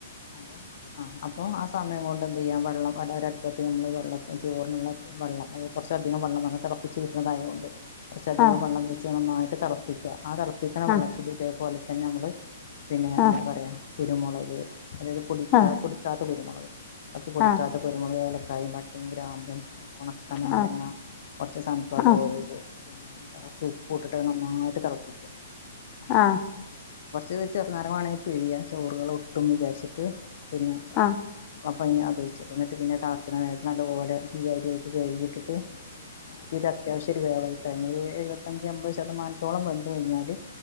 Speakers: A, on the left; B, on the left.
A: അപം ആഹ് അപ്പം ആ സമയം കൊണ്ട് എന്ത് യ്യാ വെള്ളം അടെ ഒര അടുപ്പത്ത് ഞമ്മള് വെള്ളത്തി ചോറിനുള്ള വെള്ളം അത് കൊറച്ചധികം വള്ളം തെളപ്പിചൂ റ്റണതായോണ്ട് കൊറച്ചധികം
B: ആഹ്
A: വള്ളം വെ ച്ച് നന്നായിട്ട് തെളപ്പിക്ക ആ തെളപ്പിക്കണ
B: ആഹ്
A: വെള്ളത്തില് ഇതേപോലെ തന്നെ അമ്മള് പിന്നെ
B: ആഹ്
A: എന്താ പറയ കുരുമൊളക് അതായത് പൊടിക്കാ
B: ആഹ്
A: പൊടിക്കാത്ത കുരുമൊളക് കൊറച്ച് പൊടിക്കാത്ത
B: ആഹ്
A: കുരുമൊളക് ഏലക്കായിം പട്ടീം ഗ്രാമ്പും ഉണ- ക്ക നാരങ്ങ
B: ആഹ്
A: കൊറച്ച് സൺഫ്ലവർ
B: ആഹ് ആഹ്
A: ഓയില് പിന്നെ എന്താ കൊറച്ച് ഉപ്പു ഇട്ടിട്ട് നന്നായിട്ട് തെളപ്പിച്ച
B: ആഹ്
A: കൊറച്ച് ചെറുനാരങ്ങ വാണെങ്കി പിഴിയാം ചോറുകൾ ഒട്ടും വിചാരിച്ചിട്ട് പിന്നെ
B: ആഹ് ആഹ്
A: അപ്പ അയിനെ <unintelligible> വിച്ചെക്ക ഇന്നട്ട് പിന്നെ തളക്ക്ണനേരം നല്ലോലെ ഈ അരി രി കയ്കി ഇട്ടിട്ട് <inaudible> അരി ഇട അത്യാവശ്യം ഒരു വേവായികഴിഞ്ഞ ഒരു എഴുവത്തഞ്ച് എമ്പത് ശതമാനത്തോളം വെന്ത്‌ കഴിഞ്ഞാല്